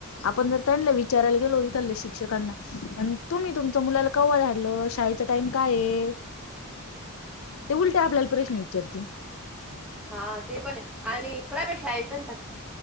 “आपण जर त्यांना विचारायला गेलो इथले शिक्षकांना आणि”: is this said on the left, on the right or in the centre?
Left